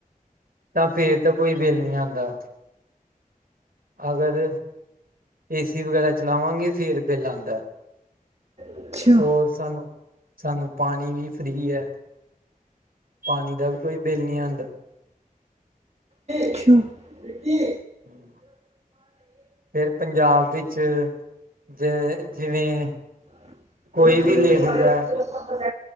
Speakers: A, on the right; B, on the right.
A: ਤਾਂ ਫੇਰ ਤੇ ਕੋਈ ਬਿੱਲ ਨਹੀਂ ਆਉਂਦਾ। ਅਗਰ ਏ ਸੀ ਵਗੈਰਾ ਚਲਾਵਾਂਗੇ, ਫੇਰ ਬਿੱਲ ਆਂਦਾ ਏ।
B: ਅੱਛਾ,
A: ਔਰ ਸਾਨੂੰ, ਸਾਨੂੰ ਪਾਣੀ ਵੀ ਫ੍ਰੀ ਹੈ। ਪਾਣੀ ਦਾ ਵੀ ਕੋਈ ਬਿੱਲ ਨਹੀਂ ਆਂਦਾ।
B: ਅੱਛਾ। ਤੇ
A: ਹੂੰ। ਫੇਰ ਪੰਜਾਬ ਵਿੱਚ, ਜ ਜਿਵੇਂ
B: <unintelligible>
A: ਕੋਈ ਵੀ ਲੇਡੀਜ਼ ਹੈ